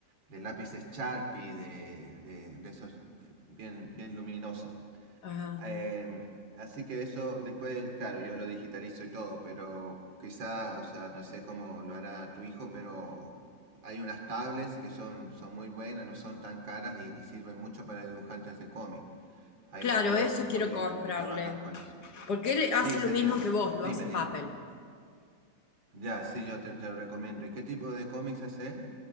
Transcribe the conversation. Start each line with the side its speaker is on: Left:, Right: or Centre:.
Right: De lápices Sharpie, de, de, de esos eh, bien, bien luminosos.
Left: ajá.
Right: Em, así que eso después, claro, yo lo digitalizo y todo, pero quizá, o sea, no sé cómo lo hará tu hijo, pero hay unas tablets que son, son muy buenas, no son tan caras y, y sirven mucho para dibujantes de cómic. Hay
Left: Claro,
Right: varios
Left: eso
Right: que-
Left: quiero
Right: colegas
Left: comprarle.
Right: que trabajan con eso.
Left: Porque él
Right: Sí,
Left: hace lo
Right: sería.
Left: mismo que vos, lo
Right: Dime,
Left: hace en
Right: dime.
Left: papel.
Right: Ya, sí, yo te, te lo recomiendo. ¿Y qué tipo de cómics es él?